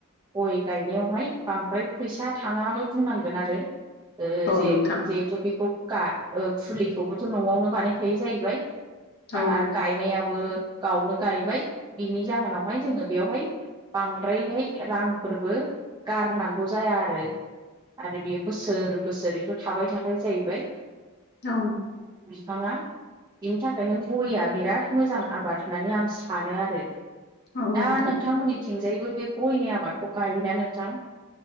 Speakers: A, on the right (about 20°); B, on the left (about 50°).
A: गय गायनायावहाय बांद्राय फैसा थाङाबो बुंनांगोन आरो। ओ
B: औ
A: जे
B: नोंथां
A: जिहेथु बेखौ गा ओ फुलिखौबोथ' न'आवनो बानायखायो जाहैबाय
B: औ नोंथां औ
A: आरो गायनायाबो गावनो गायबाय बिनि जाहोनावहाय जोङो बेवहाय बांद्रायहाय रांफोरबो गारनांगौ जाया आरो। आरो बियो बोसोर बोसोरैथ' थाबाय थाखायो जाहैबाय
B: औ
A: फाङा बिनि थाखायनो गयआ बिराद मोजां आबाद होननानै आं सानो आरो।
B: औ
A: दा
B: नोंथां
A: नोंथांमोननिथिंजायबो बे गयनि आबादखौ गायोना नोंथां?